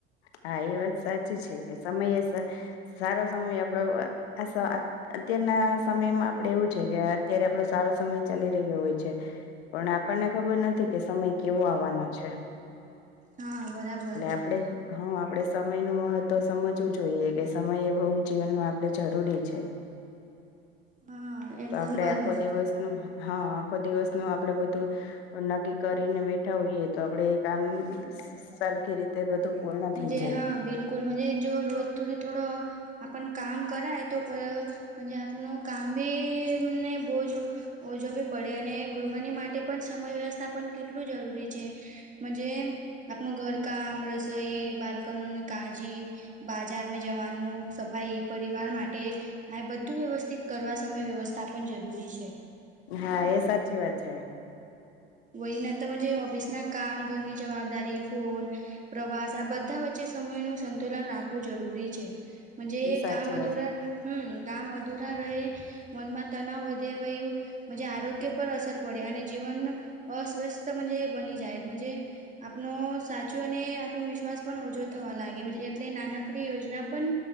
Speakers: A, on the left; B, on the right.
A: હા, એ વાત સાચી છે કે સમય હસે, સારો સમય આપડો ખાસો આ અત્યારના સમયમાં આપડે એવું છે કે અત્યારે આપડો સારો સમય ચાલી રહ્યો હોય છે. પણ આપણને ખબર નથી કે સમય કેવો આવવાનો છે?
B: હા બરાબર
A: એટલે આપડે હા, આપડે સમય નું મહત્વ સમજવું જોઈએ કે સમય એ બહુ જીવનમાં આપણે જરૂરી છે.
B: હા એકદમ
A: તો આપડે
B: બરાબર
A: આખો દિવસ હા, આખો દિવસનું આપણે બધું નક્કી કરીને બેઠા હોઈએ તો આપડે એ કામ સરખી રીતે બધું પૂર્ણ
B: મજે
A: થઈ જાય
B: હા, બિલકુલ મજે, જો રોજ થોડોથોડો આપન કામ કરાય, તો પય આપનું કામ બી નહીં બોજો ઓજો બી પડે, અને ગૃહની માટે પણ સમય વ્યવસ્થા પન કેટલું જરૂરી છે, મજે આપનું ઘરકામ, રસોઈ બા ધનુની કાળજી, બાજાર મેં જવાનું, સફાઈ, પરિવાર માટે આય બધું વ્યવસ્થિત કરવા સમયવ્યવસ્થાપન જરૂરી છે.
A: હા, એ સાચી વાત છે.
B: વહીને તો મજે ઓફિસના કામ, ઘરની જવાબદારી, ફોન પ્રવાસ, આ બધા વચ્ચે સમય નું સંતુલન રાખવું જરૂરી છે. મજે
A: સાચી
B: કામ અધૂરા હમ, કામ અધૂરા રહે, મનમાં તનાવ વધે હોય એવું જ આરોગ્ય પર અસર પડે અને જીવન અસ્વસ્થજ બની જાયમજે. આપનો સાચો અને આત્મવિશ્વાસ પણ ઓછો થવા લાગે એટલે નાનકડી યોજના પણ.